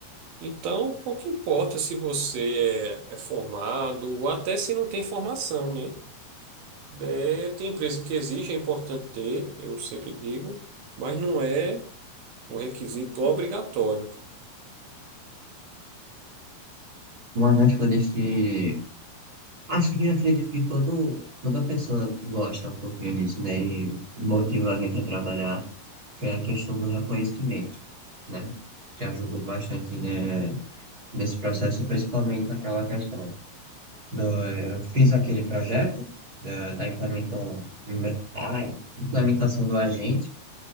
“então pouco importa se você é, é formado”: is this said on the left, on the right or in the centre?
Right